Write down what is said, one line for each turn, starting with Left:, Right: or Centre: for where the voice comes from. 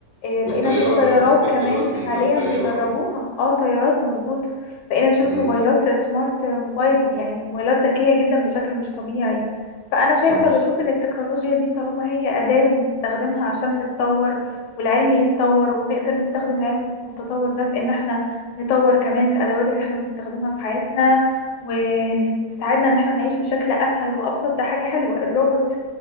Left: آه، بقينا
Right: والطيارة
Left: نشوف طيارات
Right: بقت بتطير
Left: كمان
Right: دلوقتي من
Left: حاليا
Right: غير طيارة
Left: بيدربوها اه طيارات مظبوط بقينا نشوف
Right: امم
Left: موبايلات سمارت آه، موبايل يعني موبايلات ذكية جدا بشكل مش طبيعي فأنا شايفة
Right: صح
Left: بشوف إن التكنولوجيا دي طالما هي أداة بنستخدمها عشان نتطور والعلم يتطور ونقدر نستخدم العلم المت- المتطور ده في إن احنا نطور كمان الأدوات اللي احنا بنستخدمها في حياتنا وتساعدنا إن احنا نعيش بشكل أسهل وأبسط ده حاجة حلوة الروبوت